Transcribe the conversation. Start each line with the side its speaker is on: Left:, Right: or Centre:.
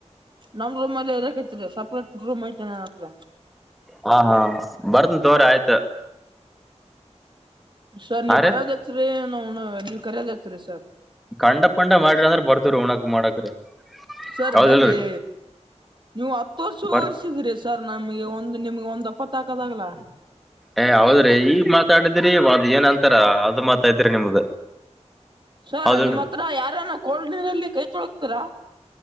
Right: ನಮ್ಮ ರೂಮಲ್ಲೆ ಇರಕತಿರಿ ಸಪ್ರೇಟ್ ರೂಮ್ ಐತೆ ನನ್ನ ಹತ್ರ.
Centre: ಹಾ ಹಾ ಬರ್ತನ ತೋರಿ ಆಯ್ತ.
Right: ಸರ್ ನೀವ್
Centre: ಅರೆ
Right: ಬರೋದ ಹೆಚ್ಚರಿ ನಾವ್ನ ಕರೆದ ಹೆಚ್ಚರಿ ಸರ್.
Centre: ಕಂಡ ಪಂಡ ಮಾಡಿರಿ ಅಂದ್ರ ಬರ್ತೇವ್ರಿ ಉಣಕ್ ಮಾಡಕ್ರಿ.
Right: ಸರ್
Centre: ಹೌದಲ್ರಿ
Right: ಬರ್ರಿ. ನೀವು ಹತ್ತು ವರ್ಷ
Centre: ಬರ್
Right: ವರ್ಸಿದ್ರಿ ಸರ್ ನಮಗೆ ಒಂದು ನಿಮ್ಗೆ ಒಂದ್ಪತ್ತ ಹಾಕದಾಗಲ್ಲಾ.
Centre: ಏ ಹೌದ್ರಿ ಈಗ ಮಾತಾಡಿದ್ರಿ ಒದ ಏನ್ ಅಂತಾರ ಅದು ಮಾತಾದ್ರಿ ನಿಮ್ದ.
Right: ಸರ್
Centre: ಹೌದಲ್ರಿ
Right: ನಿಮ್ಮ ಹತ್ರ ಯಾರನ ಕೋಲ್ಡ್ ನೀರಲ್ಲಿ ಕೈ ತೊಳತಾರಾ.